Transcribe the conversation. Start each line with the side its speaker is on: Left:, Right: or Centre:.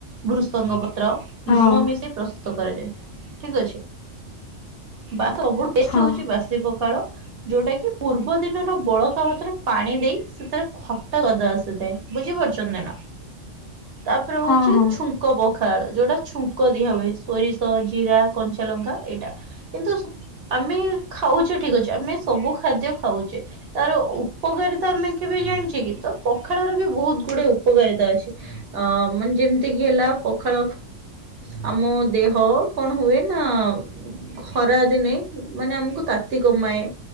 Right: ଭୃଷଙ୍ଗ ପତ୍ର
Left: ହଁ
Right: ଲୁଣ ମିଶାଇ ପ୍ରସ୍ତୁତ କରାଯାଏ ଠିକ୍ ଅଛି। ବା ସବୁଠୁ ଟେଷ୍ଟ
Left: ହଁ
Right: ହୋଉଚି ବାସି ପଖାଳ। ଯୋଉଟା କି ପୂର୍ବ ଦିନର ବଳକା ଭାତରେ ପାଣି ଦେଇ ସେଥିରେ ଖଟା ସ୍ୱାଦ ଆସିଥାଏ। ବୁଝି ପାରୁଚନ୍ତି ନା ତାପରେ ହୋଉଚି
Left: ହଁ ହଁ
Right: ଛୁ ଙ୍କ ପଖାଳ ଯୋଉଟା ଛୁଙ୍କ ଦିଆହୁଏ ସୋରିଷ ଜିରା କଞ୍ଚା ଲଙ୍କା ଏଇଟା। କିନ୍ତୁ ଆମେ ଖାଉଚେ ଠିକ୍ ଅଛି। ଆମେ ସବୁ ଖାଦ୍ୟ ଖାଉଚେ ତାର ଉପକାରିତା ତ ଆମେ କେବେ ଜାଣିଚେ କି ତ ପଖାଳରେ ବି ବୋହୁତ ଗୁଡେ ଉପକାରିତା ଅଛି ଆ ମାନେ ଯେମତିକି ହେଲା ପଖାଳ ଆମ ଦେହ କଣ ହୁଏ ନା ଖରାଦିନେ ଉଁ ମାନେ ଆମକୁ ତାତି କମାଏ।